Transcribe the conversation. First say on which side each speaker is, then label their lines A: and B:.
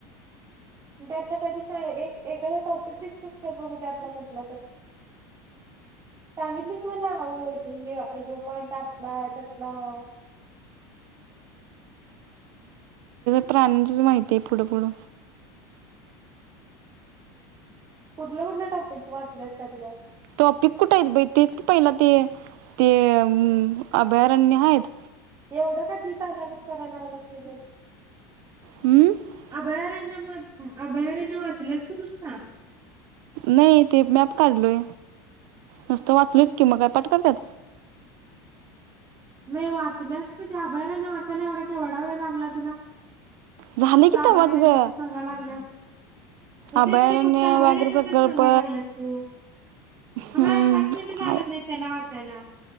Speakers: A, on the right; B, on the right.
A: त्यातलं कधी एखादा टॉपिक डिस्कस कर बघू त्यातला कुठला तर, सांगितलीच मला ह ह पॉइंट असला आहे तसला आहे.
B: प्राणीचीच माहिती आहे फुड फूड.
A: कुठल्या कुठल्या टॉपिक वाचल्यास त्यातल
B: टॉपिक कुठे आहेत. बाई तेच पहिला ते ते मम अभयारण्य आहेत.
A: एवढं का झिट आल्या गत करल्यास तेजल.
B: हम्म
A: अभयार म बायार आभयारण्य वाचल्यास तु नुसता.
B: नाही ते मॅप काढलोय नुस्त वाचलोच की म काय पाठ करत्यात.
A: नाही वाचल्यास, म ते अभयारने वाचायला एवढा केवढा वेळ लागला तुला
B: झाले
A: फक्त
B: की
A: आभायारण्याच
B: तवाच ग
A: सांगाय लागल्यास मग
B: अभयारण्य
A: तेच की फक्त आभयआरण्याचच
B: व्याघ्र प्रकल्प
A: सांगायला लागल्यास तू म
B: हम्म
A: पाच मिनट लागत
B: आय
A: नाही त्याला वाचायला